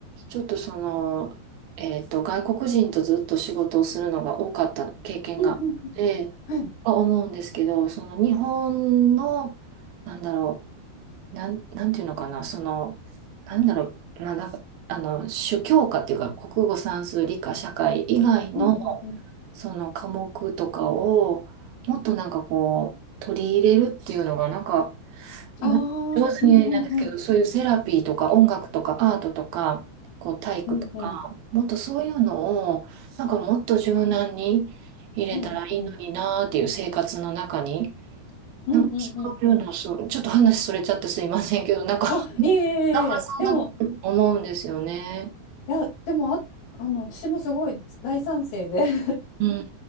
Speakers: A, on the right; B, on the left.
A: ちょっとその、えっと、外国人とずっと仕事をするのが多かった経験があって、
B: うんうん。はい。
A: は思うんですけど、その日本の、なんだろう、なん、なんていうのかな、その、なんだろう、な、なんか、あの、主教科っていうか、国語、算数、理科、社会以外の、
B: うんうんうん。
A: その科目とかを、もっとなんかこう、取り入れるっていうのが、なんか、な上手に言えないんですけど、
B: ああ、うんうんうん。
A: そういうセラピーとか音楽とかアートとか、こう体育とか、
B: うんうん。
A: もっとそういうのを、なんかもっと柔軟に入れたらいいのになーっていう生活の中に、
B: うんうん。うんうんうんうん。
A: なんかそういうの、そう、ちょっと話それちゃってすいませんけど、なんか、
B: あ、
A: <laughs>
B: いえいえいえ、
A: なんかそんなこと思うんですよね。
B: でも、いや、でもあ、あの、私もすごい大賛成で <laughs> い
A: うん。